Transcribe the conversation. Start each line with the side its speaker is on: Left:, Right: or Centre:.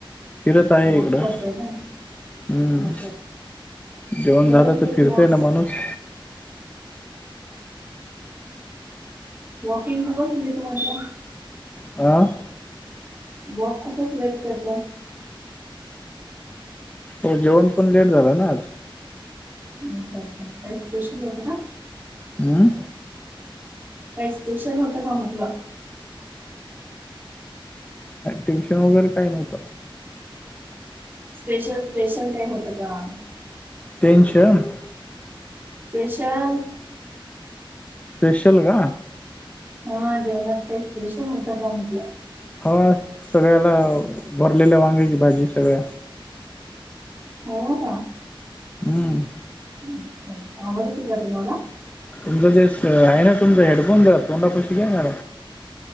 Left: फिरत आहे
Right: वॉक
Left: इकडं
Right: करताय ना
Left: हम्म
Right: म
Left: जेवण
Right: बरच
Left: झालं
Right: नाहीट
Left: तर फिरते
Right: वॉक.
Left: ना माणूस
Right: walking to the fridge water.
Left: आं?
Right: बप खूपच लेट करताय.
Left: हो जेवण पण लेट झाला ना आज.
Right: अच्छा अच्छा काय स्पेशल होतं का?
Left: हं?
Right: काही स्पेशल होतं का मुकला?
Left: ट्युशन वगैरे काही नव्हतं.
Right: स्पेशल, स्पेशल काय होतं का?
Left: Tension <unintelligible>
Right: special.
Left: स्पेशल का?
Right: हा जेवणात काय स्पेशल होतं का? म्हटलं.
Left: <unintelligible> सगळ्याला भरलेल्या वांग्याची भाजी, सगळ्या
Right: हो ना.
Left: हम्म.
Right: <unintelligible> आवडती का तुम्हाला?
Left: तुमचं जे आहे ना तुमचा हेडफोन द्या. तोंडपशी काय ना.